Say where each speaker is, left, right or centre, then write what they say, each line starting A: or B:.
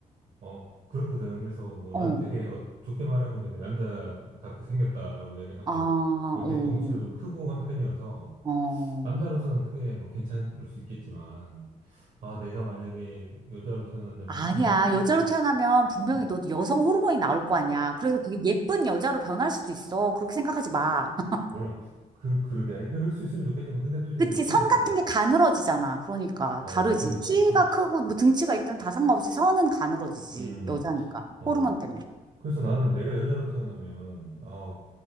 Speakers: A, on the right (about 60°); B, on the right (about 30°).
A: 어, 그렇거든. 그래서 뭐
B: 어.
A: 난 되게 어, 좋게 말하면 되게 남자답게 생겼다라고 얘기하고
B: 아,
A: 뭐 이렇게
B: 어.
A: 덩치도 좀 크고 한 편이어서
B: 어,
A: 남자로서는 크게 뭐 괜찮을 수 있겠지만 아, 내가 만약에 여자로 태어난다면
B: 아니야.
A: 이,
B: 여자로
A: 이,
B: 태어나면 분명히
A: 이-
B: 너도 여성 호르몬이 나올 거 아니야. 그래서 되게 예쁜 여자로 변할 수도 있어. 그렇게 생각하지 마. <laughs>
A: 몰라. 그, 그러게. 그럴 수 있으면 좋겠지만 근데 또 이제
B: 그치?
A: 어쨌든
B: 선 같은
A: 음,
B: 게 가늘어지잖아. 그러니까
A: 어,
B: 다르지.
A: 그럴
B: 키가
A: 수, 어, 그럴 수
B: 크고
A: 있다.
B: 뭐 등치가 있든 다 상관없이 선은 가늘어지지.
A: 음,
B: 여자니까.
A: 어.
B: 호르몬 때문에.
A: 그래서 나는 내가 여자로 태어나면 아,